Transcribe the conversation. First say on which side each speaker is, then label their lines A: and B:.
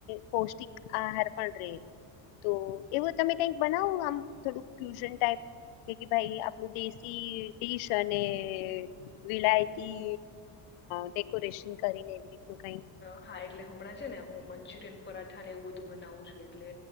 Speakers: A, on the left (about 80°); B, on the left (about 20°).
A: પૌષ્ટિક આહાર પણ રહે તો એવું તમે કઈક બનાવો આમ થોડું ડીયુશન ટાઈપ કે કે ભાઈ આપણું દેશી ડીશ અને વિલાયતી ડેકોરેશન કરીને એવી રીત ન કાઈક
B: હા એટલે હમણાં છે ને હું મંચુરિયન પરાઠા ને એવું બધું બનાવું છું એટલે